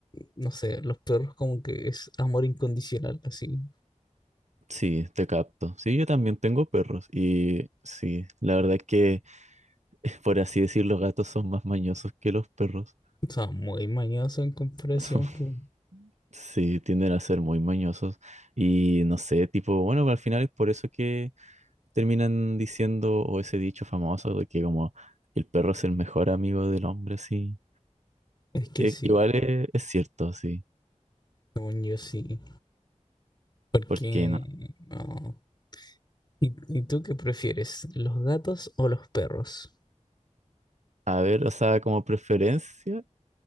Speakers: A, on the left (about 35°); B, on the right (about 65°).
A: no sé, los perros como que es amor incondicional así.
B: Sí, te capto. Sí, yo también tengo perros. Y sí, la verdad es que, <laughs> por así decir, los gatos son más mañosos que los perros.
A: O sea, muy mañoso en comparación,
B: Son- <laughs>
A: pues.
B: sí, tienden a ser muy mañosos. Y no sé, tipo, bueno, al final es por eso que terminan diciendo, o ese dicho famoso de que como el perro es el mejor amigo del hombre, sí.
A: Es que
B: Eh,
A: sí,
B: igual es, es cierto, sí.
A: según yo sí. Porque,
B: Porque no.
A: no. ¿Y, y tú qué prefieres, los gatos o los perros?
B: A ver, o sea, como preferencia,